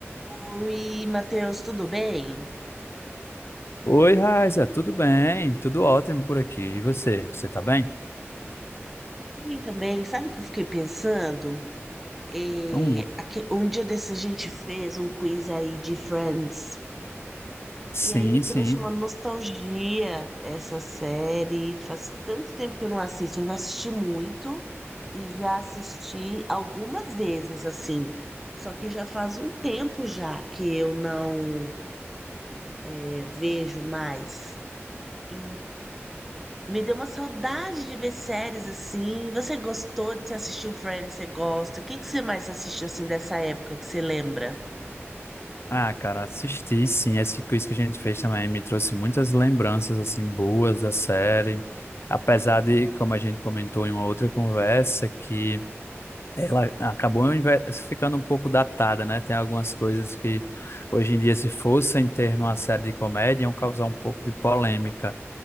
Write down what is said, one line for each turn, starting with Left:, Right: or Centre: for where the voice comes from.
Centre: Oi, Matheus, tudo bem?
Left: Oi, Raiza, tudo bem? Tudo ótimo por aqui. E você? Você tá bem?
Centre: Tudo bem também. Sabe o que eu fiquei pensando? É,
Left: Hum,
Centre: aque- um dia desse a gente fez um quiz aí de Friends.
Left: sim,
Centre: E aí me trouxe
Left: sim.
Centre: uma nostalgia essa série. Faz tanto tempo que eu não assisto. Eu já assisti muito e já assisti algumas vezes, assim. Só que já faz um tempo já que eu não, é, vejo mais. E me deu uma saudade de ver séries assim. Você gostou de você assistiu Friends? Você gosta? O que que você mais assistiu assim dessa época que você lembra?
Left: Ah, cara, assisti, sim. Esse quiz que a gente fez também me trouxe muitas lembranças, assim, boas da série. Apesar de, como a gente comentou em uma outra conversa, que ela acabou inve- ficando um pouco datada, né? Tem algumas coisas que, hoje em dia, se fossem ter numa série de comédia, iam causar um pouco de polêmica.